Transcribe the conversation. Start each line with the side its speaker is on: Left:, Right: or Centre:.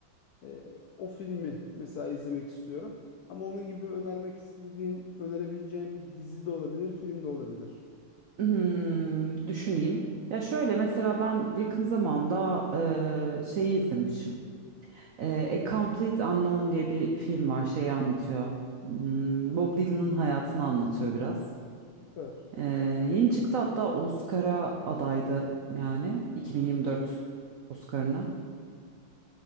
Left: E, o filmi mesela izlemek istiyorum. Ama onun gibi önermek istediğin, önerebileceğin bir dizi de olabilir, film de olabilir.
Right: Hmm, düşüneyim. Ya şöyle mesela ben yakın zamanda eee, şeyi izlemişim. Eee A Complete Unknown diye bir film var. Şeyi anlatıyor. Hmm, Bob Dylan'ın hayatını anlatıyor biraz.
Left: Süper.
Right: Eee, yeni çıktı hatta Oscar'a adaydı yani 2024 Oscar'ına.